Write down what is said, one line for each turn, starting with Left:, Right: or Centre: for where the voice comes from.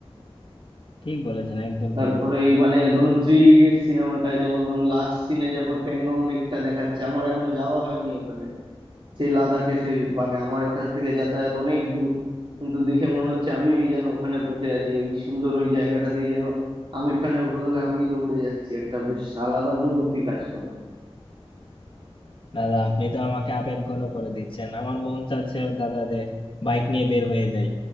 Left: ঠিক বলেছেন একদম
Right: তারপরে
Left: ঠিক
Right: এই মানে ধরুন থ্রি ইডিয়ট সিনেমাটা যেমন ধরুন লাস্ট সিনে যখন প্যাংগং লেকটা দেখাচ্ছে আমার এখনো যাওয়া হয়নি ওখানে সেই লাদাখে সে মানে আমার এখান থেকে যাতায়াত অনেক দূর কিন্তু দেখে মনে হচ্ছে আমি এই যেন ওখানে বসে আছি ওই সুন্দর ওই জায়গাটা দিয়ে যেন আমির খানের বদলে আমিই দৌড়ে যাচ্ছি একটা বেশ আলাদা অনুভূতি কাজ করে
Left: দাদা আপনি তো আমাকে আবেগঘন করে দিচ্ছেন আমার মন চাচ্ছে দাদা যে বাইক নিয়ে বের হয়ে যাই